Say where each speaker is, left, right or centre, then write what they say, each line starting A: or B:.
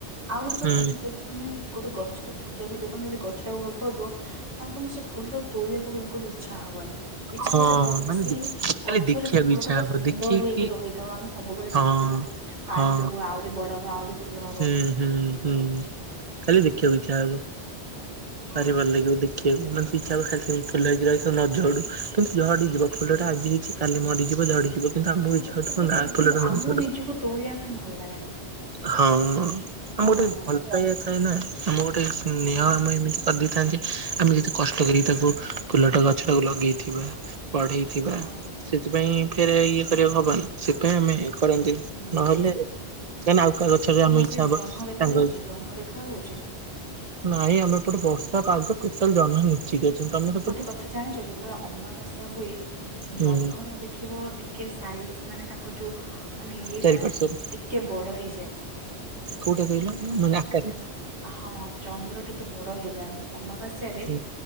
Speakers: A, on the right; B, on the right.
A: ଆଉ ଗୋଟେ କଥା
B: ହୁଁ
A: ବି ଯଦି ତମେ ଗୋଟେ ଗଛର ଫୁଲ ଭିତରେ ତମେ ଯଦି ଗଛକୁ ଭଲ ପାଉଥିବ। ତାହେଲେ ତମେ ସେ ଫୁଲଟାକୁ ତୋଳିବାକୁ ବିଲକୁଲ ଇଛା ହବନି ଇଛା
B: ହଁ
A: ହବ ସେ ଘ
B: ମାନେ
A: ସେଇ
B: ଦେଖି ଖାଲି
A: ଗଛରେ
B: ଦେଖିବାକୁ
A: ସେ ଫୁଲ
B: ଇଚ୍ଛା
A: ଟା ପୁରା
B: ହବ
A: ସୁନ୍ଦର
B: ଦେଖିକି
A: ହେଇକି ରହିଥାଉ ଆମେ ସବୁବେଳେ
B: ହଁ
A: ଦେଖିବୁ ପାଣି
B: ହଁ
A: ଦବୁ ଆ ଆହୁରି ବଡ ହବ ଆହୁରି ଫୁଲ ହବ
B: ହୁଁ ହୁଁ
A: ଏମିତି
B: ହୁଁ ଖାଲି ଦେଖିବାକୁ ଇଚ୍ଛା ହବ
A: ହଁ
B: ଭାରି ଭଲ ଲାଗିବ ଦେଖି ହୁଁ ମାନେ ଇଚ୍ଛା ହବ ଖାଲି ସେମ ଫୁଲ ହେଇକି ରହିଥାଉ ନ ଝଡୁ କିନ୍ତୁ ଝଡିଯିବ ଫୁଲଟା ଆଜି ହେଇଛି କାଲି ମରିଯିବ ଝଡ଼ିଯିବ। କିନ୍ତୁ ଆମ୍ବ
A: ହଁ
B: ଇଛା
A: ସେଟା
B: ହଉଥିବ
A: ତ ଠିକ
B: ନା
A: କଥା କିନ୍ତୁ
B: ଫୁଲଟା
A: ଆମକୁ
B: ନ ପଡୁ।
A: ନିଜକୁ ତୋଳିବା ପାଇଁ ଭଲ ଲାଗେ ନା
B: ହଁ ଆମ
A: ସେଟା ତ ହଁ
B: ଗୋଟେ ଭଲ ପାଇବା ଥାଏ ନା ଆମ ଗୋଟେ ନିହାମ ଏମିତି କରିଦେଇଥାନ୍ତି, ଆମେ ଯେତେ କଷ୍ଟ କରିକି ତାକୁ ଫୁଲଟା ଗଛ ଟାକୁ ଲଗେଇଥିବା। ପଢେଇଥିବା
A: ହଁ
B: ସେଥିପାଇଁ ଫେରେ ଇଏ କରିବାକୁ ହବନି ସେଥିପାଇଁ ଆମେ ଏ କରନ୍ତିନି।
A: ହୁଁ।
B: ନହେଲେ ନହେଲେ ଆଉ କାହା ଗଛରେ
A: ତମର
B: ଆମ ଇଛା
A: ସେ
B: ହବ
A: ଜହ୍ନ
B: ସାଙ୍ଗ
A: ଦେଖା ଯାଉଛି
B: ହେଇ
A: ଜହ୍ନ ଦେଖା ଯାଉଛି
B: ନାଇଁ ଆମେ ଏପଟେ ବର୍ଷା ପାଗ ଟୋଟାଲ ଜହ୍ନ ନାଇ। ଠିକ୍ ଅଛନ୍ତି ତମେ। ସେପଟେ
A: ଗୋଟେ କଥା ଜାଣିଛ ଯେତେବେଳେ ଅମାବାସ୍ୟା ହୁଏ
B: ହୁଁ
A: ଜହ୍ନର ଦେ ଖିବ ଟିକେ ସାଇଜ ମାନେ ତାଙ୍କର ଯୋଉ ମାନେ ଇଏ
B: ଚାରି
A: ଟା
B: ପାର୍ଶ୍ଵରେ
A: କେ ତେ ବଡ ହେଇଯାଏ
B: କୋଉଟା କହିଲ
A: ହେଲା
B: ମାନେ ଆକାରରେ
A: ଉଁ। ହଁ ଚନ୍ଦ୍ର ଟିକେ ବଡ ହେଇଯାଆନ୍ତେ ଅମାବାସ୍ୟାରେ
B: ହୁଁ।